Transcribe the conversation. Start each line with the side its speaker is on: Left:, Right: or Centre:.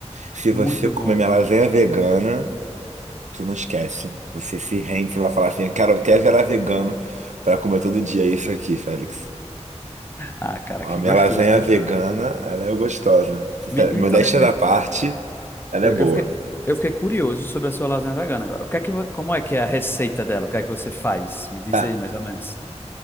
Right: se
Left: Muito
Right: você comer
Left: bom.
Right: minha lasanha vegana, tu não esquece. Você se rende, você vai falar assim, cara, eu até virar vegano pra comer todo dia isso aqui, Félix.
Left: Ah, cara,
Right: A
Left: que
Right: minha
Left: gostoso,
Right: lasanha
Left: gostoso.
Right: vegana, ela é gostosa. Sincero-
Left: Me- Então,
Right: Modéstia
Left: me- me-
Right: da parte, ela
Left: eu,
Right: é boa.
Left: eu fiquei, eu fiquei curioso sobre a sua lasanha vegana agora. O que é que, vo- como é que é a receita dela? O que é que você faz? Me diz
Right: Tá,
Left: aí, mais ou menos.